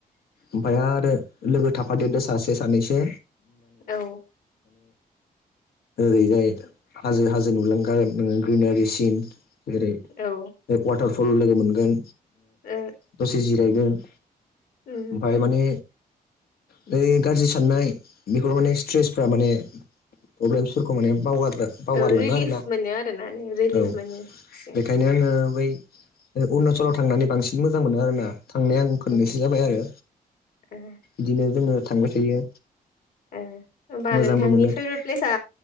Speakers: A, on the left; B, on the left.
A: ओमफ्राय आरो लोगो थाफादेरदो सासे सानैसो।
B: औ
A: ओरैजाय हाजो हाजो नुलाग्रां ग्रिनारि सिन। जेरै
B: ओ
A: बे वाटारफल लोगो मोनगोन।
B: ओ
A: दसे जिरायगोन
B: उम
A: ओमफफ्राय माने। बे गाज्रि साननाय बिफोर माने स्ट्रेसफ्रा माने। प्रब्लेमस फोरखौ माने बावगारो। बावगारलाङो
B: औ रिलिफ
A: आरोना
B: मोनो आरोना रिलिफ
A: औ
B: मोनो एसे
A: बेनिखायनो आङो। बै अरुणाचलाव थांनानै बांसिन मोजां मोनो आरोना। थांनाया आं खोननैसो
B: उम
A: जाबाय आरो
B: ओ
A: बिदिनो जोङो थांबाय थायो।
B: ए होमबा
A: मोजांबो
B: नोंथांनि
A: मोनो औ
B: फेभरेट प्लेस